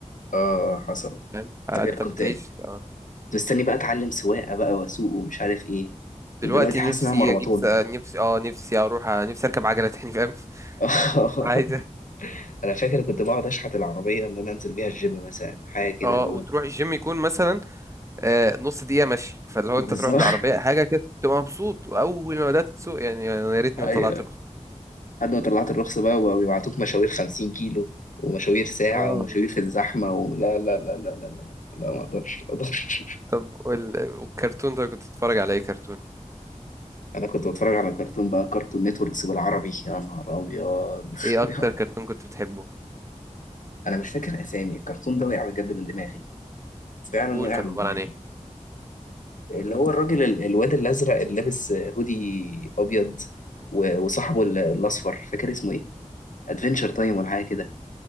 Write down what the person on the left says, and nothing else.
اه حصل
فاكر
كنت
كنت مستني بقى اتعلم سواقه بقى واسوق ومش عارف ايه ودلوقتي
حاسس
انها مرمطاني
<laughs>
انا فاكر كنت بقعد اشحت العربيه ان انا انزل بيها الجيم مثلا حاجه كده
اللي هو
بالظبط
<laughs>
ايوه
لحد ما طلعت الرخصه بقى ويبعتوك مشاوير 50 كيلو ومشاوير ساعه
ومشاوير في الزحمه ولا لا لا لا لا لا لا لا ما اقدرش ما اقدرش
<laughs> انا كنت بتفرج على كرتون بقى كرتون نتوركس بالعربي يا نهار ابيض
<laughs>
انا مش فاكر اسامي الكرتون ده وقع بجد من دماغي فعلا
وقع
من
دماغي
اللي هو الراجل ال- الواد الازرق اللي لابس هودي ابيض و- وصاحبه ال- الاصفر فاكر اسمه ايه ادفنتشر تايم ولا حاجه كده